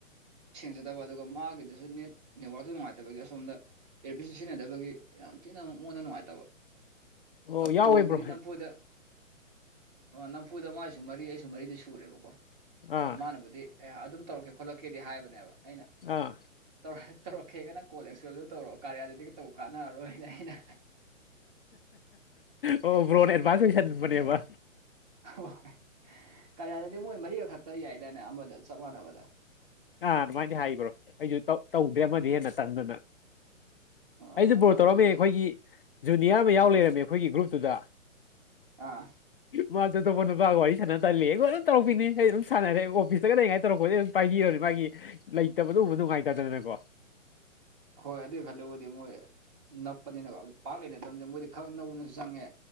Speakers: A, on the right (about 30°); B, on the left (about 45°).
A: ꯆꯖꯗꯕ ꯑꯗꯨꯒ ꯃꯥꯒꯤꯗꯨꯁꯨ ꯅꯦꯠ ꯅꯦꯠꯋꯥꯥꯛꯇꯨ ꯅꯨꯡꯉꯥꯏꯇꯕꯒꯤ ꯑꯁꯣꯝꯗ ꯏꯌꯥꯔꯕꯤꯠꯁꯨ ꯁꯤꯖꯤꯟꯅꯗꯕꯒꯤ ꯌꯥꯝ ꯊꯤꯅ ꯃꯣꯟꯗ ꯅꯨꯡꯉꯥꯏꯇꯕ
B: ꯑꯣ ꯌꯥꯎꯋꯦ
A: ꯀꯣꯜꯕꯨꯗꯤ
B: ꯕ꯭ꯔꯣ
A: ꯅꯝꯐꯨꯗ ꯑꯣ ꯅꯝꯐꯨꯗ ꯃꯥꯒꯤꯁꯨ ꯃꯔꯤ ꯑꯩꯁꯨ ꯃꯔꯤꯗꯤ ꯁꯨꯔꯦꯕꯀꯣ
B: ꯑꯥ
A: ꯃꯥꯅꯕꯨꯗꯤ ꯑꯦ ꯑꯗꯨꯝ ꯇꯧꯔꯛꯀꯦ ꯈꯣꯠꯂꯛꯀꯦꯗꯤ ꯍꯥꯏꯕꯅꯦꯕ ꯑꯩꯅ
B: ꯑꯥ
A: ꯇꯧ ꯇꯧꯔꯛꯀꯦꯒꯅ ꯀꯣꯜ ꯑꯦꯛꯁ ꯇꯧꯔꯛꯑꯣ ꯀꯥꯔꯤꯌꯥ ꯑꯗꯨꯗꯤꯒ ꯇꯧ ꯀꯥꯟꯅꯔꯔꯣꯏꯅ ꯑꯩꯅ
B: ꯑꯣ ꯕ꯭ꯔꯣꯟꯣꯟ ꯑꯦꯗꯚꯥꯟꯁ ꯍꯁꯅꯤꯡꯕꯅꯦꯕ
A: ꯍ ꯀꯔꯤꯗꯗꯤ ꯃꯣꯏ ꯃꯔꯤꯒ ꯈꯛꯇ ꯌꯥꯏꯗꯥꯏꯅꯦ ꯑꯃꯗ ꯆꯞ ꯃꯥꯟꯅꯕꯗ
B: ꯑꯥ ꯑꯗꯨꯃꯥꯏꯅ ꯍꯥꯏꯕ꯭ꯔꯣ ꯑꯩꯁꯨ ꯇꯧꯗ꯭ꯔꯦ
A: ꯑ
B: ꯑꯃꯗꯤ ꯍꯦꯟꯅ ꯇꯟꯗꯅ
A: ꯑꯗꯨꯃꯥꯏꯅ
B: ꯑꯩꯁꯨ ꯕꯣꯔꯣ
A: ꯇꯧꯕꯗꯨꯗ
B: ꯇꯧꯔꯝꯃꯦ ꯑꯩꯈꯣꯏꯒꯤ ꯖꯨꯅꯤꯌꯔ ꯑꯃ ꯌꯥꯎ ꯂꯩꯔꯝꯃꯦ ꯑꯩꯈꯣꯏꯒꯤ ꯒ꯭ꯔꯨꯞꯇꯨꯗ
A: ꯑꯥ
B: ꯃꯥ ꯆꯗꯧꯕ ꯋꯥꯔꯤ ꯁꯥꯟꯅ ꯇꯜꯂꯤ ꯑꯩꯈꯣꯏ ꯑꯗꯨꯝ ꯇꯧꯔꯛꯄꯤꯅꯤ ꯑꯩ ꯑꯗꯨꯝ ꯁꯥꯟꯅꯔꯦ ꯑꯣꯐꯤꯁꯇ ꯀꯔꯤꯉꯥꯏ ꯇꯧꯔꯛꯄꯗꯤ ꯑꯗꯨꯝ ꯄꯥꯏꯕꯤꯔꯅꯤ ꯃꯥꯒꯤ ꯂꯩꯇꯕꯅ ꯎꯕ ꯅꯨꯡꯉꯥꯏꯇꯗꯗꯅꯀꯣ
A: ꯍꯣꯏ ꯑꯗꯨ ꯈꯜꯦꯕꯨꯗꯤ ꯃꯣꯏ ꯅꯞꯄꯅꯤꯕ ꯄꯥꯛ ꯂꯩꯅꯗꯕꯅꯤ ꯃꯣꯏꯗꯤ ꯈꯪ ꯅꯅꯁꯨ ꯆꯪꯉꯦ